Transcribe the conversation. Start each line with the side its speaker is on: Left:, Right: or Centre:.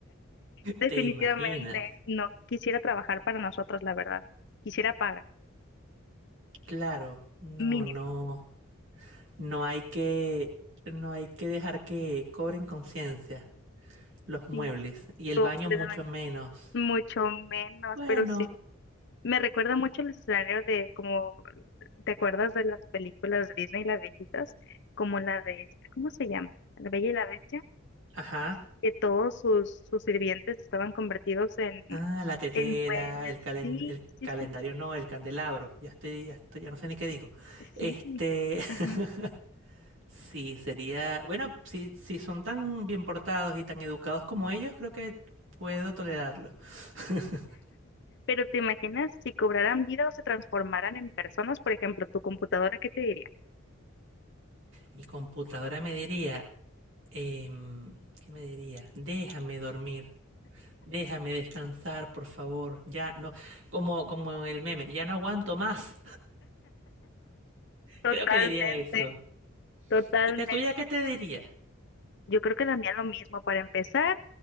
Left: Definitivamente
Right: ¿Te imaginas?
Left: no quisiera trabajar para nosotros, la verdad. Quisiera pagar
Right: Claro, no,
Left: mínimo.
Right: no, no hay que, no hay que dejar que cobren conciencia. los muebles
Left: Sí,
Right: y el
Left: completamente.
Right: baño mucho menos.
Left: Mucho menos,
Right: Bueno,
Left: pero sí. Me recuerda mucho el escenario de como, ¿te acuerdas de las películas de Disney, las viejitas? Como la de, ¿cómo se llama? La Bella y la Bestia.
Right: ajá.
Left: que todos sus, sus sirvientes estaban convertidos en,
Right: Ah, la tetera,
Left: en muebles.
Right: el calen-
Left: Sí,
Right: el
Left: sí,
Right: calendario
Left: sí,
Right: no, el candelabro. Ya estoy, ya estoy, ya no sé ni qué digo.
Left: sí.
Right: Este,
Left: sí.
Right: <laughs>
Left: Ajá.
Right: sí, sería, bueno, si, si son tan bien portados y tan educados como ellos, creo que puedo tolerarlo. <laughs>
Left: Pero te imaginas si cobraran vida o se transformaran en personas, por ejemplo, tu computadora, ¿qué te diría?
Right: Mi computadora me diría, em, ¿qué me diría? Déjame dormir, déjame descansar, por favor. Ya, no, como, como el meme, ya no aguanto más.
Left: Totalmente,
Right: Creo que diría eso.
Left: totalmente.
Right: ¿Y la tuya qué te diría?
Left: Yo creo que la mía lo mismo. Para empezar,